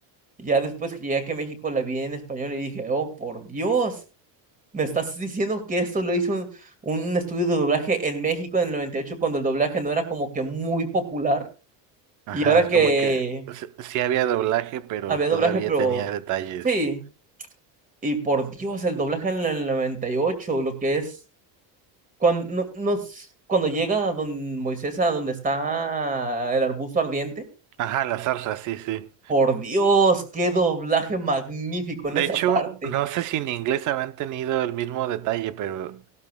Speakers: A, on the right; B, on the right.
A: Y Ya después que llegué aquí a México la vi en español y dije, oh, por Dios, me estás diciendo que esto lo hizo un, un estudio de doblaje en México en el 98 cuando el doblaje no era como que muy popular.
B: Ajá,
A: Y ahora
B: es
A: que
B: como que s- sí había doblaje, pero
A: había
B: todavía
A: doblaje, pero
B: tenía detalles.
A: sí, y por Dios, el doblaje en el 98, lo que es cuando, no, no- cuando llega a don Moisés a donde está el arbusto ardiente
B: Ajá, la zarza, sí, sí.
A: Por Dios, qué doblaje magnífico en
B: De
A: esa
B: hecho,
A: parte.
B: no sé si en inglés habrán tenido el mismo detalle, pero